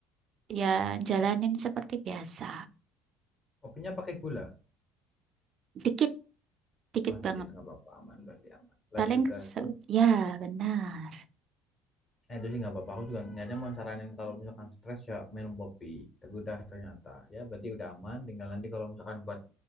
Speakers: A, on the right; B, on the left.
A: Ya jalanin seperti biasa.
B: Kopinya pakai gula.
A: Dikit, dikit
B: Oh, dikit
A: banget.
B: nggak apa-apa, aman berarti aman. less
A: Paling
B: sugar
A: se-
B: tuh,
A: ya benar.
B: eh, itu sih nggak apa-apa. Aku juga niatnya mau saranin kalau misalkan stres ya minum kopi. Tapi udah ternyata, ya berarti udah aman. Tinggal nanti kalau misalkan buat